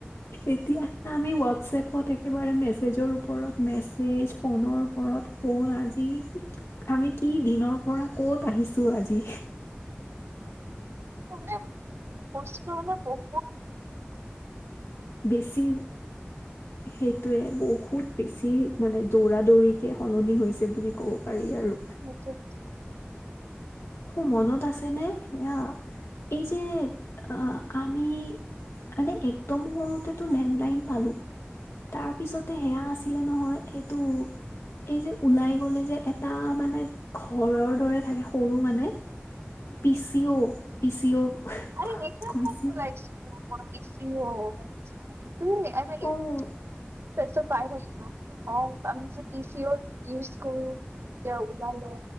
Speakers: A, on the left; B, on the right.
A: এতিয়া আমি হোৱাটছএপত একেবাৰে মেছেজৰ ওপৰত মেছেজ, ফোনৰ ওপৰত ফোন আজি আমি কি দিনৰ পৰা কত আহিছো আজি।
B: মানে বস্তু মানে বহুত
A: বেছি। সেইটোয়ে বহুত বেছি মানে দৌৰা-দৌৰিকে সলনি হৈছে বুলি। ক'ব পাৰি আৰু।
B: সেইটোৱে।
A: অহ, মনত আছেনে সেয়া এই যে আহ আমি, মানে একদম সৰুতেতো লেণ্ডলাইন পালো। তাৰ পিছতে সেয়া আছিলে নহয় সেইটো এই যে ওলাই গ'লে যে এটা মানে ঘৰৰ দৰে থাকে সৰু। মানে পিচি অ' পিচি অ'
B: ইনঅডিব'ল <unintelligible>
A: কৈছিল
B: তুমি এনেকে
A: অ'
B: তই চব পাই থাকে ন। অ, ওলালে পি চি অ ইউজ কৰো তেতিয়া ওলালে